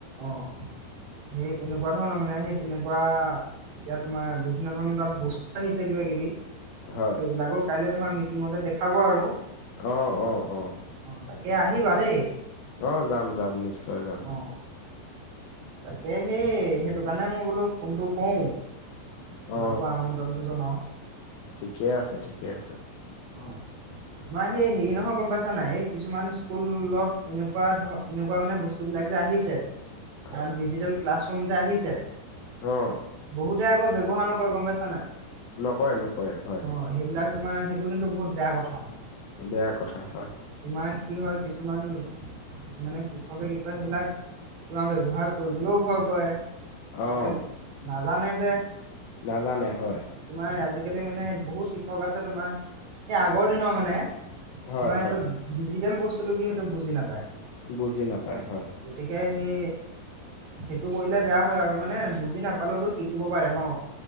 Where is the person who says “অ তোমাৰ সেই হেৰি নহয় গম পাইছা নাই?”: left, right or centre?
Right